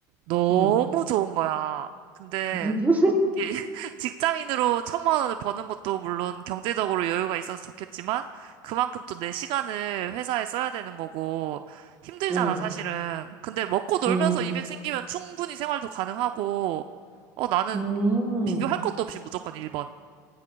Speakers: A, on the right; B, on the right.
A: 너무
B: 응,
A: 좋은 거야. 근데
B: 응,
A: <laughs> 직장인으로 천만 원을 버는 것도 물론 경제적으로 여유가 있어서 좋겠지만 그만큼 또 내 시간을 회사에 써야 되는 거고 힘들잖아,
B: <laughs> 응,
A: 사실은. 근데 먹고 놀면서
B: 응.
A: 200 생기면 충분히 생활도 가능하고 어, 나는
B: 음.
A: 비교할 것도 없이 무조건 1번.